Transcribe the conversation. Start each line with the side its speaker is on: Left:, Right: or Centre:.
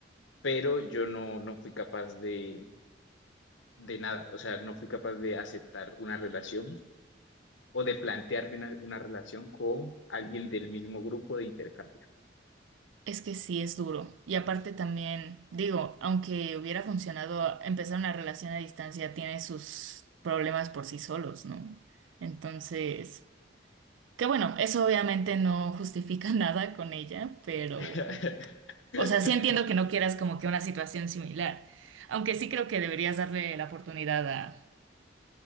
Left: pero yo no, no fui capaz de, de nada, o sea, no fui capaz de aceptar una relación o de plantearme una, una relación con alguien del mismo grupo de intercambio.
Right: Es que sí es duro. Y aparte también, digo, aunque hubiera funcionado, empezar una relación a distancia tiene sus problemas por sí solos, ¿no? Entonces... Que bueno, eso obviamente no justifica <laughs> nada con ella, pero,
Left: <laughs>
Right: o sea, sí entiendo que no quieras como que una situación similar, aunque sí creo que deberías darle la oportunidad a...